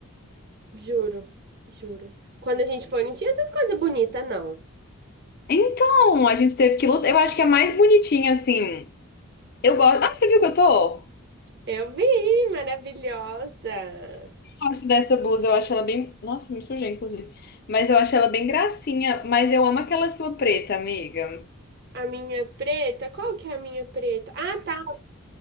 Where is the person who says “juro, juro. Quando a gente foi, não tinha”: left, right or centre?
Right